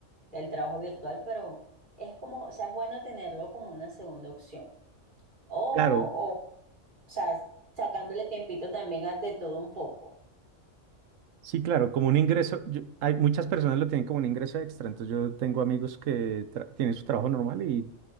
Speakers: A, on the right; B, on the right.
A: del trabajo virtual, pero es como, o sea, es bueno tenerlo como una segunda opción. O,
B: Claro,
A: o, o sea, sacándole tiempito también a de todo un poco.
B: sí, claro, como un ingreso, yo- hay muchas personas lo tienen como un ingreso extra, entonces yo tengo amigos que tra- tienen su trabajo normal y,